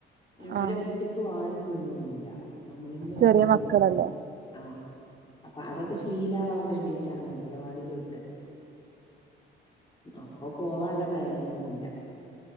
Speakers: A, on the left; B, on the right.
A: ഇവര്
B: ആഹ്
A: ഒറ്റക്ക് വാരി തിന്നൊന്നില്ല നമ്മളന്നെ
B: ചെറിയ
A: വാരി
B: മക്കളല്ലേ
A: കൊടുക്കണം ആഹ് അപ്പ അതൊക്കെ ശീലാവാൻ വേണ്ടീട്ടാണ് അംഗലവാടിയില് വിട്ടത് അപ്പ പോവാനുള്ള പ്ലാനിങ്ങൊന്നുല്ല